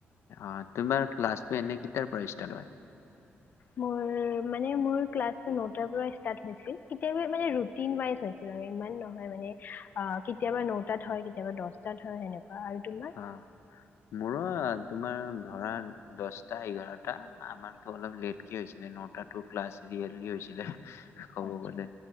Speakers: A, on the left (about 85°); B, on the left (about 45°).
A: অঁ তোমাৰ ক্লাছটো এনে কেতিয়াৰ পৰা ষ্টাৰ্ট হয়
B: মোৰ মানে, মোৰ ক্লাছটো নটাৰ পৰা ষ্টাৰ্ট হৈছিল, কেতিয়াবা মানে ৰুটিন ৱাইচ হৈছিল আৰু ইমান নহয় মানে, অঁ কেতিয়াবা নটাত হয় কেতিয়াবা দশটাত হয় সেনেকুৱা। আৰু তোমাৰ
A: অ মোৰ তোমাৰ ধৰা দহটা এঘাৰ আমাৰতো অলপ লেট কি হৈছিলে নটা টু ক্লাছ ৰিয়োৰলি হৈছিলে ক'ব
B: আচ্ছা
A: গ'লে